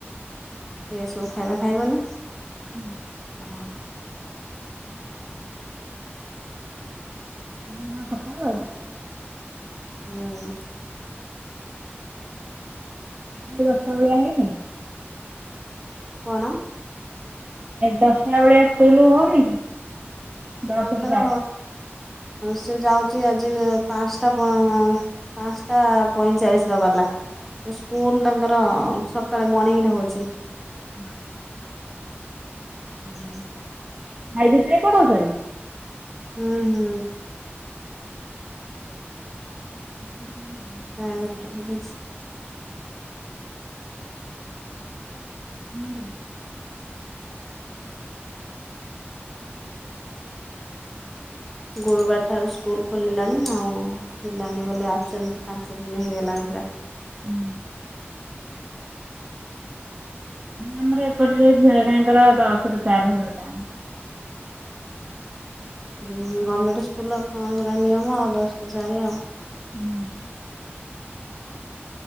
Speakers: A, in the centre; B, on the right.
A: ଏସବୁ ଖାଇବା ଖାଇବନି।
B: ହୁଁ
A: ଆ
B: <inaudible>
A: ହୁଁ
B: ଦଶ ଟା ବେଳିଆ ହେଇନି?
A: କ'ଣ?
B: ଦଶଟା ବେଳିଆ ସ୍କୁଲ ହଉନି କି? ଦଶ
A: ତାଙ୍କର
B: ରୁ ଚାରି
A: ସେ ଯାଉଛି ଆଜି ପାଞ୍ଚଟା ପା ପାଞ୍ଚଟା ପଇଁଚାଳିଶ ର ଗଲା। ସ୍କୁଲ ତାଙ୍କର ସକାଳେ ମର୍ଣିଂ ରେ ହଉଛି।
B: ହଁ
A: ହୁଁ
B: ଭାଇ ଭିତରେ କ'ଣ ହଉଛ?
A: ହୁଁ ହୁଁ
B: ହ ହୁଁ
A: ପ୍ରାଇଭେଟ୍ ରେ ପଢୁଛି।
B: ନ୍ଦର <inaudible>
A: ଗୁରୁବାର ଠାରୁ ସ୍କୁଲ ଖୋଲିଲାଣି ଆଉ ଥିଲାନି ବୋ ଆପସେଣ୍ଟ ପାଞ୍ଚ ଦିନ ହେଇଗଲାଣି ପୁରା
B: ହୁଁ ଆମର ଏପଟରେ ଝିଅ ହେଇଙ୍କର ଦଶରୁ ଚାରି ହେଇଗଲାଣି।
A: ହୁଁ ଗମେଣ୍ଟ ସ୍କୁଲର କଣ ସେଟା ନିୟମ ଆଉ ଦଶରୁ ଚାରି ଆଉ।
B: ହୁଁ।